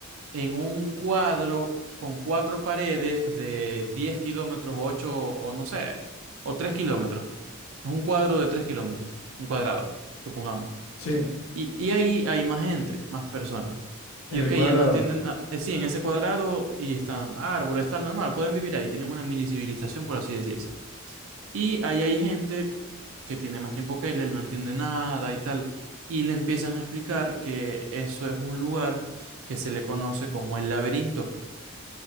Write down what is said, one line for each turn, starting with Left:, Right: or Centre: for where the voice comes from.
Right: en un cuadro con cuatro paredes de 10 kilómetros, 8 o no sé, o 3 kilómetros. Es un cuadro de 3 kilómetros, un cuadrado, supongamos.
Left: Sí,
Right: Y, y ahí hay más gente, más personas. Y
Left: en el
Right: ok,
Left: cuadrado.
Right: él no entiende nada. Eh, sí, en ese cuadrado y están árboles, tal, normal, pueden vivir ahí, tienen una mini civilización, por así decirse. Y ahí hay gente que tiene más tiempo que él, él no entiende nada y tal. Y le empiezan a explicar que eso es un lugar que se le conoce como el laberinto